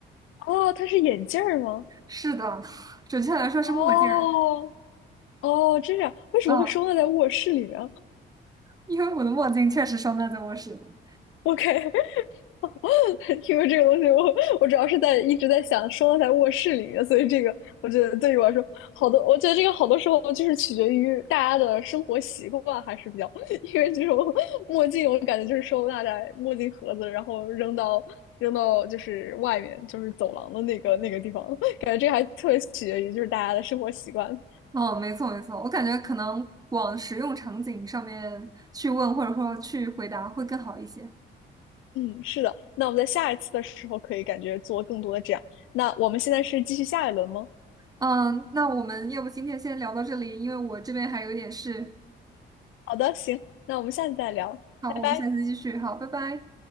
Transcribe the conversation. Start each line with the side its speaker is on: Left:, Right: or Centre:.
Left: 哦，它是眼镜儿吗？
Right: 是的，<laughs> 准确来说是墨镜儿。
Left: 哦哦，这样，为什么会收纳在卧室里面
Right: 嗯，因为我的墨镜确实收纳在卧室里。
Left: ？OK，<laughs> 因为这个东西我，我主要是在一直在想收纳在卧室里面，所以这个我觉得对于我来说，好多我觉得这个好多时候就是取决于大家的生活习惯，还是比较，<laughs> 因为这种墨镜我感觉就是收纳在墨镜盒子，然后扔到扔到就是外面就是走廊的那个那个地方，<laughs> 感觉这个还特别取决于就是大家的生活习惯。
Right: 哦，没错没错，我感觉可能往实用场景上面去问，或者说去回答会更好一些。
Left: 嗯，是的，那我们在下一次的时候可以感觉做更多的这样。那我们现在是继续下一轮吗？
Right: 嗯，那我们要不今天先聊到这里，因为我这边还有点事。
Left: 好的，行，那我们下次再聊，
Right: 好，
Left: 拜拜。
Right: 我们下次继续。好，拜拜。